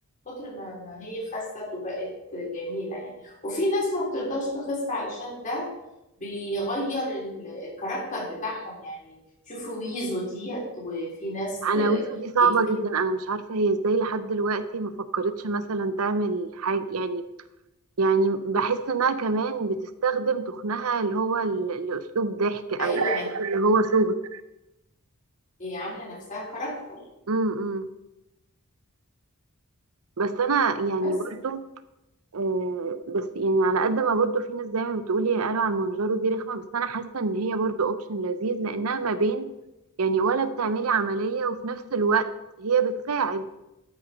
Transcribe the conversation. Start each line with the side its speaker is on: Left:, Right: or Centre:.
Left: كتر ما ما هي خست وبقت جميلة يعني وفي ناس ما بترضاش تخس علشان ده بيغير ال- الكاركتر بتاعهم يعني شوفوا ويزو ديت وفي ناس
Right: انا
Left: آه،
Right: وشو دي صعبه
Left: كتير
Right: جدا انا مش عارفه هي ازاي لحد دلوقتي ما فكرتش مثلا تعمل حاجه يعني يعني بحس انها كمان بتستخدم تخنها اللي هو ال- الاسلوب ضحك او
Left: ايوه
Right: أسلوب
Left: ما
Right: اللي هو شغل
Left: هي عاملة نفسها كاركتر
Right: م- م. بس انا يعني
Left: بس
Right: برضو آه، بس يعني على قد ما برضو في ناس زي ما بتقولي قالوا عن منجرو دي رخمة بس انا حاسة ان هي برضو اوبشن لذيذ لانها ما بين يعني ولا بتعملي عملية وفي نفس الوقت هي بتساعد